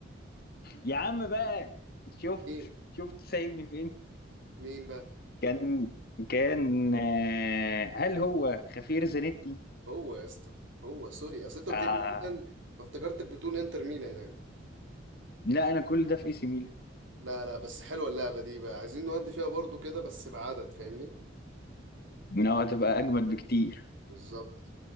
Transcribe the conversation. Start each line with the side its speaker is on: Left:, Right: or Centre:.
Left: يا عم بقى شفت
Right: ايه
Left: شفت سايبني فين
Right: مين بقى
Left: كان كان آه هل هو خفير زانيتي
Right: هو يا اسطى هو سوري اصل انت قلت
Left: آه
Right: لي ميلان فافتكرتك بتقول انتر ميلان يعني
Left: لا انا كل ده في اي سي ميلان
Right: لا لا بس حلوه اللعبه دي بقى عايزين نودي فيها برضو كده بس بعدد فاهمني
Left: إن هو هتبقى اجمد بكتير
Right: بالظبط